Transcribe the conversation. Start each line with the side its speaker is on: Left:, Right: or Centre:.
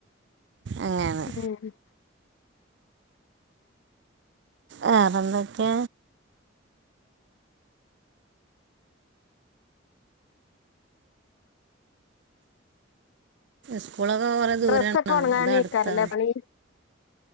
Right: അങ്ങനെ
Left: ഉം
Right: ആഹ് വേറെന്തൊക്കെ സ്കൂളൊക്കെ കുറെ ദൂരാണോ
Left: ഡ്രസ്സൊക്കെ ഉണങ്ങാനിരിക്കാറില്ലേ
Right: അതാ അട്ത്താ
Left: പണി